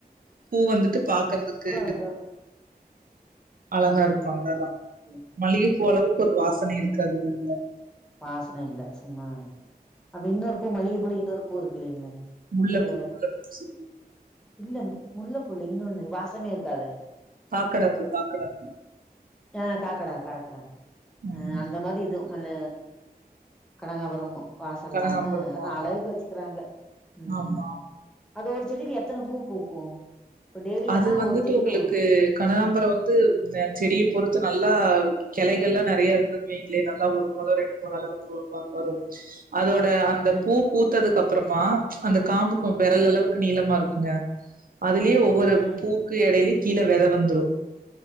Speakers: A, on the right; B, in the centre.
A: பூ வந்துட்டு பாக்கறதுக்கு
B: அதுக்கும்
A: அழகா
B: ம்.
A: இருக்கோ அவ்ளதா
B: ம்.
A: மல்லிகைப்பூ அளவுக்கு ஒரு வாசனை இருக்காதுல்ல வ்
B: வாசன இல்ல சும்மா அப்ப இன்னொரு பூ மல்லிகை போல இன்னொரு பூ பூ இருக்கு இல்லைங்களா
A: முல்லபூ
B: இந்த
A: முல்லபூ ச
B: இல்ல முல்லபூ இன்னொன்னு வாசமே இருக்காத
A: காக்கடப்பூ காக்கடப்பூ
B: ஆ காக்கடா காக்கடா
A: பூ
B: ஆ
A: ம்
B: அந்த மாதி இதுவு நல்ல கனகாபுரம் வாச இல்லாம
A: கனகாம்பரம்
B: ஆனா
A: ஆமா
B: அழகுக்கு
A: ஆமா
B: வச்சுக்கறாங்க ம்
A: ஆமா.
B: அது ஒரு செடியல எப் எத்தன பூ பூக்கும் இப்ப டெய்லியானா
A: அது வந்துட்டு
B: ஒரு செடியில
A: உங்களுக்கு
B: ஒரு
A: கனகாம்பர வந்து செடியை பொறுத்து நல்லா கெளைகள் லா நெறைய இருந்துக்குவீங்களே நல்லா ஒரு மழ ரெண்டு முழ அளவுக்கு வரு அதோட அந்த
B: ம்,
A: பூ பூத்ததுக் அப் அப்புறமா அந்த காம்புக்கும் வெரல்
B: ம்,
A: அளவுக்கு நீளமா இருக்கு ங்க அதுலயே ஒவ்வொரு
B: ம்ஹ்ம்.
A: பூக்கு எடலி கீழே வெத வந்துரு